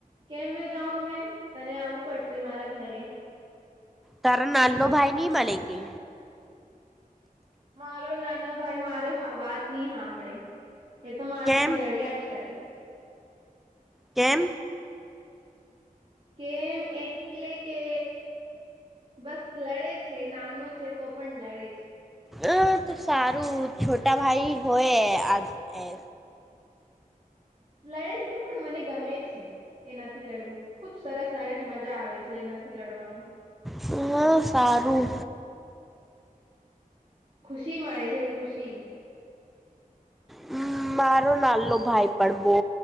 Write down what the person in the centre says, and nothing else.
તાર નાનલો ભાઈ ની મલે કે.
કેમ
કેમ?
હા તો સારું છોટા ભાઈ હોઈએ આ એ.
હા સારું.
હમ્મ. મારો નાલોભાઈ પણ બહુ